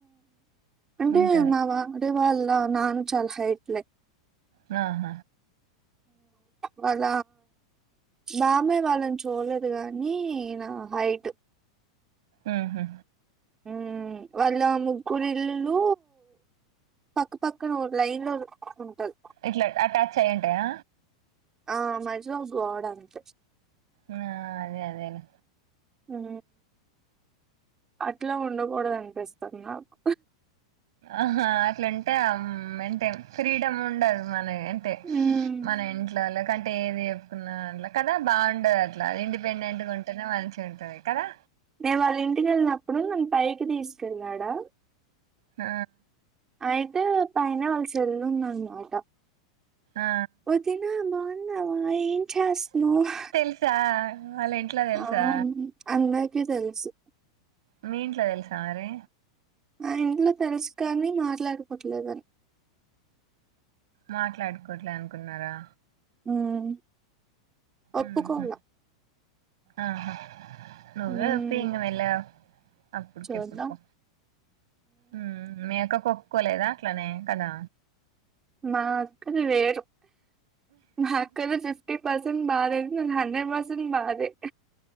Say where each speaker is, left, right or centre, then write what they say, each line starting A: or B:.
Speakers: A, on the right (about 20°); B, on the right (about 70°).
A: అంటే
B: ఉంటది
A: మా వాడి వాళ్ళ నాన్న చాలా హైట్లే
B: అహ
A: వాళ్ళ బామ్మే వాళ్ళని చూడలేదు గానీ ఈయన హైట్
B: ఉహు
A: ఉ వాళ్ళ ముగ్గురిల్లులు పక్కపక్కన లైన్ లో ఉంటది
B: ఇట్లా అటాచ్ అయ్యుంటాయా
A: ఆ మజిలో గోడ్ అంతే
B: ఆ అదే అదే లే
A: ఉ అట్లా ఉండకూడదు అనిపిస్తుంది నాకు
B: ఆహా అట్లాంటే అంటే ఫ్రీడమ్ ఉండదు మనె అంటే
A: హ్మ్.
B: మన ఇంట్లోలో కంటే ఏది చెప్పుకున్న కదా బాగుంటద ట్ల ఇండిపెండెంట్ గా ఉంటేనే మంచిగుంటది కదా
A: నే వాళ్ళింటికి ఎళ్ళినప్పుడు నన్ను పైకి తీసుకెళ్ళడా
B: ఆ
A: అయితే పైన వాళ్ళ సెల్లు ఉందన్మాట
B: ఆ!
A: వొదిన బాగున్నావా ఎ చేస్తనవ్
B: తెలుసా? వాళ్ళ ఇంట్లో తెలుసా?
A: అ అంద కి తెల్సు
B: మీ ఇంట్ల తెల్సా మరి
A: ఆ ఇంట్లో తెల్స్ కానీ మాట్లాడుకోట్లేదని
B: మాట్లాడుకోవట్లే అనుకున్నారా
A: ఉమ్ ఒప్పుకోల
B: ఉహ్ ఆహా నువ్వే
A: ఉమ్
B: ఒప్పియ్ ఇంగ మేల్లాగ అప్పుడుకెప్పడుకో
A: చూద్దాం
B: ఉమ్ మీ అక్కకొప్పుకొలేదా అట్లనే కదా
A: మా అక్కది వేరు మా అక్కది ఫిఫ్టీ పర్సెంట్ నాదే ను హండ్రెడ్ పర్సెంట్ నాదే